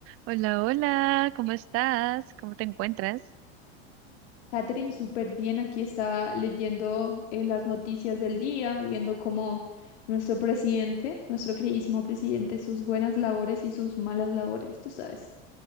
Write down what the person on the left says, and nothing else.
Catherine, súper bien. Aquí estaba leyendo eh, las noticias del día, viendo cómo nuestro presidente, nuestro queridísimo presidente, sus buenas labores y sus malas labores, tú sabes,